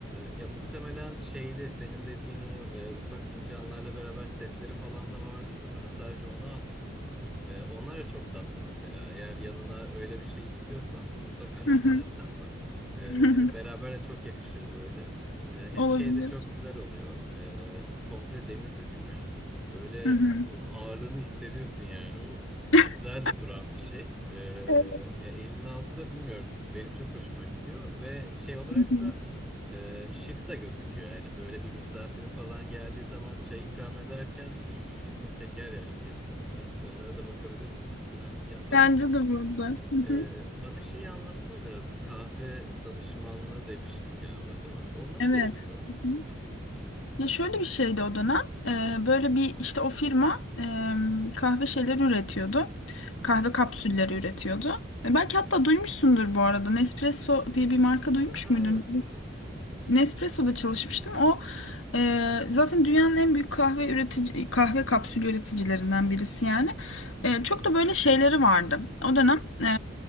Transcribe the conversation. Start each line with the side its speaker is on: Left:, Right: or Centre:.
Centre: ya muhtemelen şeyle senin dediğin o e, ufak fincanlarla beraber setleri falan da vardır da ben sadece onu aldıydım. Ee, onlar da çok tatlı mesela. Eğer yanına öyle bir şey istiyorsan mutlaka internetten
Left: Hı hı.
Centre: bak. Ee,
Left: <laughs>
Centre: hani beraber de çok yakışır böyle. Ee, hem
Left: Olabilir.
Centre: şey de çok güzel oluyor. Ee, komple demir döküm ya. Böyle
Left: Hı hı.
Centre: onun ağırlığını hissediyorsun yani. O
Left: <laughs>
Centre: Güzel de duran bir şey. Ee,
Left: Evet.
Centre: ya elin altında bilmiyorum. Benim çok hoşuma gidiyor ve şey olarak
Left: Hı hı.
Centre: da e, şık da gözüküyor. Hani böyle bir misafirin falan geldiği zaman çay ikram ederken bir ilgisini çeker yani kesinlikle. Onlara da bakabilirsin mesela. Ya bana
Left: Bence de burada. Hı
Centre: e,
Left: hı.
Centre: bana şeyi anlatsana biraz. Bu kahve danışmanlığı demiştin galiba, değil mi? O nasıl
Left: Evet.
Centre: oluyor mesela?
Left: Hı hı. Ya şöyle bir şeydi o dönem. Ee, böyle bir işte o firma em, kahve şeyleri üretiyordu.
Centre: Hı hı.
Left: Kahve kapsülleri üretiyordu. E, belki hatta duymuşsundur bu arada. Nespresso diye bir marka duymuş
Centre: Aha
Left: muydun?
Centre: evet duydum.
Left: Nespresso'da çalışmıştım. O e, zaten dünyanın en büyük kahve üretici kahve kapsülü üreticilerinden birisi yani. E, çok da böyle şeyleri vardı. O dönem e,